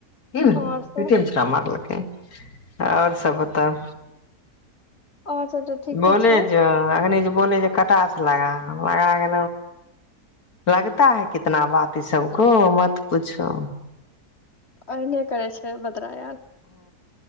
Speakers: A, on the left (about 70°); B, on the left (about 45°).
A: कि भेला
B: और सब
A: पेट आ मरल अछि के आओर सब ब बता।
B: और सब तऽ ठीके
A: बोलै
B: छै
A: ज एखन बोली जे कटा से लगा लगा के लगता है कितना बात सबके मत पूछो
B: अने करे छै ब परिआम यार